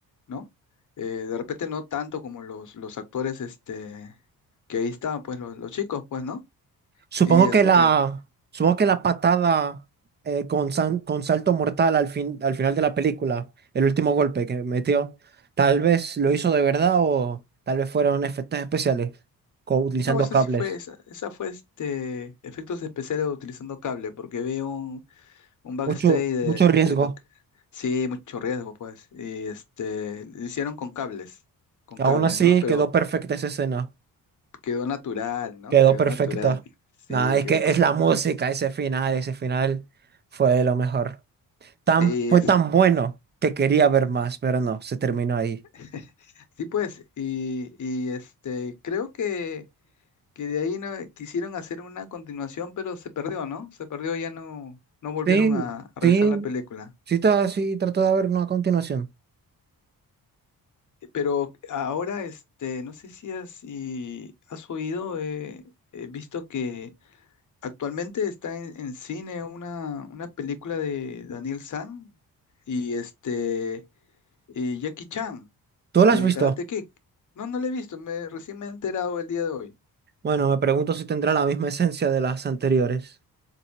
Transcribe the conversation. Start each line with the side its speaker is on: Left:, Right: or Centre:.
Left: ¿no? Eh, de repente no tanto como los, los actores este, que ahí estaban, pues los, los chicos, pues, ¿no?
Right: Supongo
Left: Y este,
Right: que la, supongo que la patada eh, con, san- con salto mortal al fin, al final de la película, el último golpe que metió, tal vez lo hizo de verdad o tal vez fueron efectos especiales, co- utilizando
Left: no, eso
Right: cables.
Left: sí fue, esa, esa fue este, efectos especiales utilizando cable, porque veo un backstage
Right: Mucho,
Left: de,
Right: mucho riesgo.
Left: de lo que... Sí, mucho riesgo, pues. Y este, lo hicieron con cables, con
Right: Aún
Left: cables,
Right: así
Left: ¿no? Pero
Right: quedó perfecta esa escena.
Left: quedó natural, ¿no?
Right: Quedó
Left: Quedó
Right: perfecta.
Left: natural. Sí,
Right: Nada, es
Left: quedó
Right: que
Left: perfecto.
Right: es la música, ese final, ese final fue de lo mejor. Tan,
Left: Sí,
Right: fue
Left: es...
Right: tan bueno que quería ver más, pero no, se terminó ahí.
Left: <laughs> sí, pues. Y, y este, creo que, que de ahí no, quisieron hacer una continuación, pero se perdió, ¿no? Se perdió, ya no, no volvieron
Right: Sí,
Left: a, a realizar
Right: sí,
Left: la película.
Right: sí, ta- sí, trato de ver una continuación.
Left: Pero ahora, este, no sé si has, si has oído, eh, he visto que Actualmente está en, en cine una, una película de Daniel San y este y Jackie Chan
Right: ¿Tú
Left: de
Right: la has visto?
Left: Karate Kid. No, no la he visto, me recién me he enterado el día de hoy.
Right: Bueno, me pregunto si tendrá la misma esencia de las anteriores.